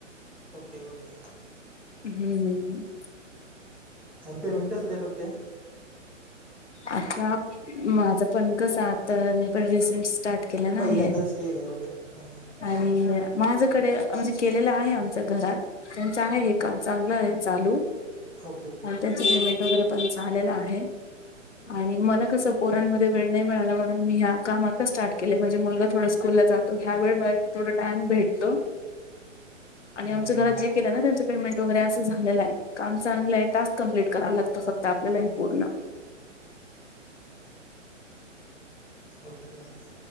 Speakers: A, in the centre; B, on the left.
A: ओके ओके
B: हम्म
A: आणि पेमेंट कसं देतात ते
B: आता माझं पण कस आता म पण रिसेंट स्टार्ट केलं ना
A: पहिल्यांदाच
B: हे.
A: केलं आहे ओके ओके हां
B: आणि माझ्याकडे म्हणजे केलेलं आहे आमच्या घरात त्यांचं आहे हे काम चांगलं आहे चालू
A: ओके ओके
B: आणि त्यांच पेमेंट वगैरे पण झालेलं आहे. आणि मला कसं पोरांमध्ये वेळ नाही मिळाला मणून मी ह्या काम आता स्टार्ट केले म्हणजे मुलगा थोड स्कूल ला जातो ह्या वळ मला थोडा टाइम भेटतो. आणि
A: हं
B: आमचं
A: हं
B: घरात
A: हं
B: जे केलं ना त्यांचं पेमेंट वगैरे असं झालेलं आहे काम चांगलं आहे टास्क कम्प्लीट कराव लागतं फक्त आपल्याला हे पूर्ण
A: ओके ओके